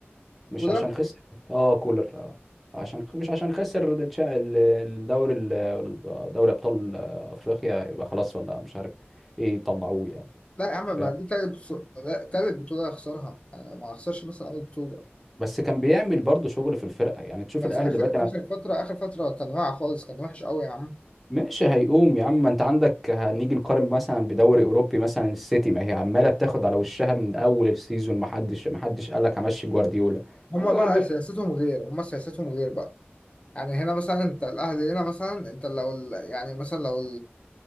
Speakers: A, in the centre; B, on the left.
A: مش
B: كولر
A: عشان خسر اه كولر آه. عشان مش عشان خسر التشا- ال- الدوري ال- دوري ابطال آه، افريقيا يبقى خلاص ولا مش عارف ايه يطلعوه يعني
B: لا يا عم
A: ف...
B: ما دي تالت بطوله لا، تالت بطوله يخسرها يعني ما اخسرش مثلا اول بطوله
A: بس كان بيعمل برضه شغل في الفرقه يعني تشوف
B: بس
A: الاهلي
B: اخر
A: دلوقتي
B: اخر فتره اخر فتره كان واقع خالص كان وحش قوي يا عم
A: ماشي هيقوم يا عم ما انت عندك هنيجي نقارن مثلا بدوري اوروبي مثلا السيتي ما هي عماله بتاخد على وشها من اول السيزون ما حدش ما حدش قال لك همشي جوارديولا
B: هما
A: أما جوارديولا
B: بقى سياستهم غير هما سياستهم غير بقى يعني هنا مثلا انت الاهلي هنا مثلا انت لو ال- يعني مثلا لو